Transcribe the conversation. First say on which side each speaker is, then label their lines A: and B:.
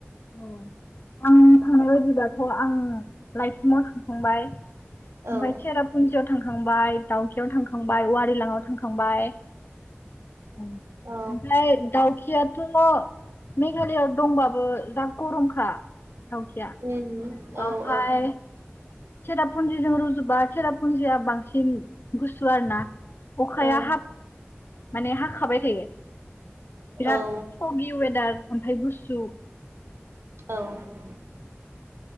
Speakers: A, on the left; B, on the right.
A: औ आं थांनाय बायददिब्लाथ' आं लाइसिमाव थांखांबाय ओमफ्राय
B: औ
A: चेरापुन्जियाव थांखांबाय दाउखियाव थांखांबाय औवारिलाङआव थांखांबाय औ
B: औ
A: ओमफ्राय दाउखियाथ' मेघालयआव दंबाबो दा गरमखा दावखिया
B: उम औ
A: ओमफ्राय
B: औ
A: सेरापुन्जिजों रुजुबा सेरापुन्जिया बांसिन गुसु आरो ना अखाया
B: औ
A: माने हाखाबाय थायो बिराद
B: औ
A: हगि वेदार ओमफ्राय गुस्सु
B: औ